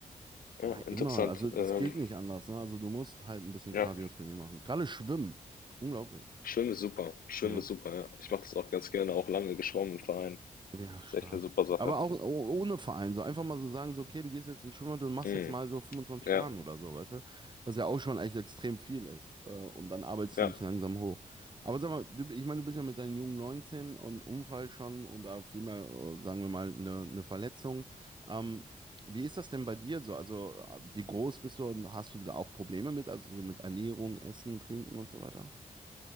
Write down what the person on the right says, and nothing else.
Ja,
immer. Also das
geht nicht anders. Ne? Also du musst halt ein bisschen Cardio-Training
machen. Gerade Schwimmen. Unglaublich.
Ja.
Ja, stark.
Aber auch o- ohne Verein, so einfach mal so sagen, so, okay, du gehst jetzt ins Schwimmbad und machst
jetzt mal so 25
Bahnen oder so, weißt du? Was ja auch schon echt extrem viel ist. Äh, Und dann arbeitest
du dich langsam hoch. Aber sag mal, du, ich meine, du bist ja mit deinen jungen 19 und Unfall schon und da vielmehr, äh, sagen wir mal, eine, eine Verletzung. Ähm, wie ist das denn bei dir so? Also, äh, wie groß bist du und hast du da auch Probleme mit? Also, so mit Ernährung, Essen, Trinken und so weiter?